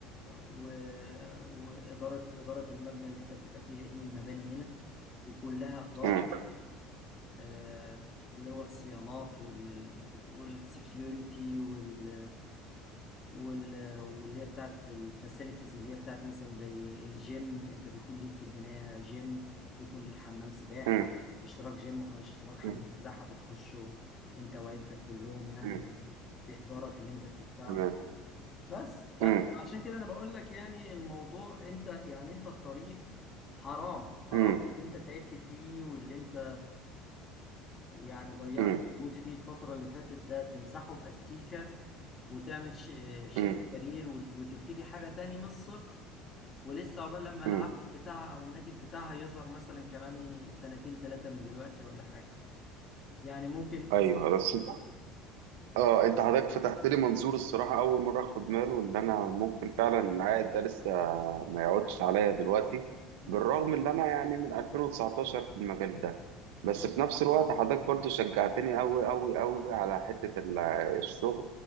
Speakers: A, on the left; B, on the right.
A: و... واداره اداره المبنى اللي انت بتبقى فيه لان المباني هنا كلها اداره
B: مم.
A: آه، اللي هو الصيانات وال والسكيورتي وال وال واللي هي بتاعت الفاسيلتيز اللي هي بتاعت مثلا زي الجيم انت بيكون ليك في البناية جيم بيكون ليك حمام سباحة
B: مم.
A: اشتراك جيم واشتراك حمام
B: مم. مم.
A: سباحة بتخشه انت وعيلتك كلهم يعني
B: مم.
A: بإيجارك اللي انت بتدفعه
B: تمام
A: بس فعشان
B: مم.
A: كده انا بقول لك يعني الموضوع انت يعني انت في طريق حرام حرام
B: مم.
A: اللي انت تعبت فيه واللي انت يعني ضيعت
B: مم.
A: المجهود فيه الفترة اللي فاتت ده تمسحه بأستيكة وتعمل شيفت
B: مم.
A: كارير وت- وتبتدي حاجة تاني من الصفر ولسه عقبال لما العائد
B: مم.
A: بتاعها أو الناتج بتاعها يظهر مثلا كمان سنتين ثلاثة من دلوقتي ولا حاجة يعني ممكن
B: ايوه
A: اس...
B: بس اه انت حضرتك فتحت لي منظور الصراحه اول مره اخد باله ان انا ممكن فعلا العائد ده لسه ما يقعدش عليا دلوقتي
A: مم.
B: بالرغم ان انا يعني من 2019 في المجال ده بس
A: مم.
B: في نفس الوقت حضرتك برضو شجعتني أوي أوي أوي على حتة ال- الشغل